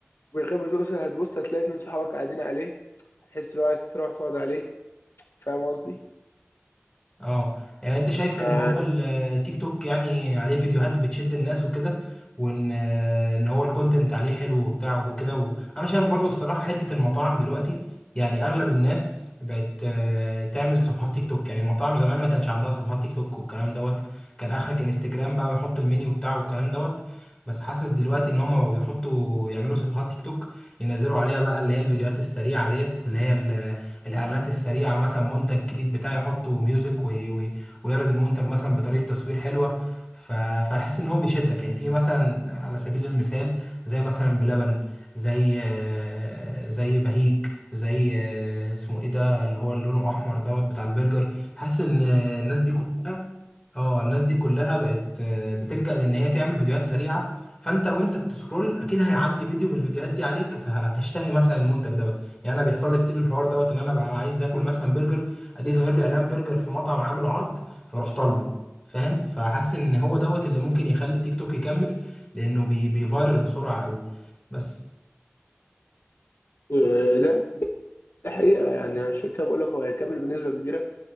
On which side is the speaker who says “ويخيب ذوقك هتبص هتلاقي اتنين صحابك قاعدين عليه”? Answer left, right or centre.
Left